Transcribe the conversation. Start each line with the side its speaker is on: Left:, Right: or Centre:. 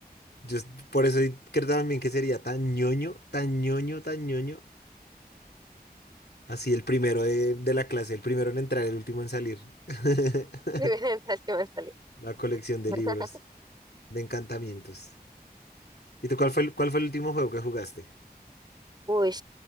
Left: Yo es- por eso creo también que sería tan ñoño, tan ñoño, tan ñoño. Así el primero de, de la clase, el primero en entrar, el último en salir. <laughs>
Right: primera mental, mental.
Left: La colección de
Right: <laughs>
Left: libros de encantamientos. ¿Y tú cuál fue el, cuál fue el último juego que jugaste?
Right: Uy,